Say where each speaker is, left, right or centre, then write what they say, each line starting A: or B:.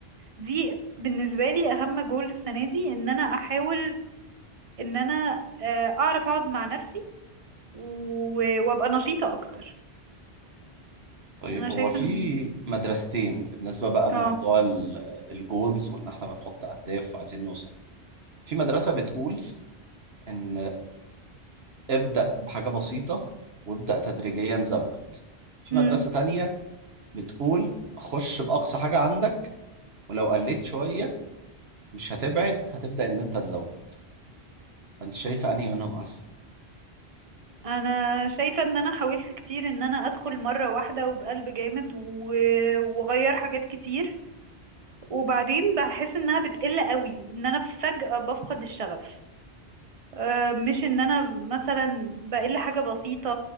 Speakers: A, on the right; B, on the right.
A: دي بالنسبة لي اهم جول السنة دي ان انا احاول ان انا آه، اعرف اقعد مع نفسي و- وابقى نشيطة اكتر
B: طيب
A: انا
B: هو
A: شايفة
B: في
A: ان
B: مدرستين بالنسبة بقى لموضوع
A: اه
B: الجولز وإن إحنا بنحط أهداف عايزين نوصل في مدرسة بتقول إن ابدأ بحاجة بسيطة وابدأ تدريجيا زود في
A: امم
B: مدرسة تانية بتقول خش بأقصى حاجة عندك ولو قلت شوية مش هتبعد هتبدأ إن أنت تزود فأنت شايفة أنهي منهم أحسن
A: انا شايفة ان انا حاولت كتير ان انا ادخل مرة واحدة وبقلب جامد و- واغير حاجات كتير وبعدين بحس انها بتقل قوي ان انا فجأة بفقد الشغف أه، مش ان انا مثلا بقل حاجة بسيطة